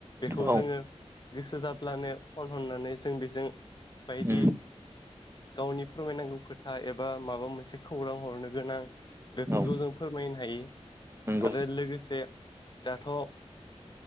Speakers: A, on the left (about 40°); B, on the right (about 25°).
A: बेखौ
B: औ
A: जोङो गोसो जाब्लानो फन हरनानै जों बिजों बायदि
B: उम
A: गावनि फोरमायनांगौ खोथा एबा माबा मोनसे खौरां हरनो गोनां बेफोरखौ
B: औ
A: जों फोरमायनो हायो
B: नंगौ
A: आरो लोगोसे दाथ'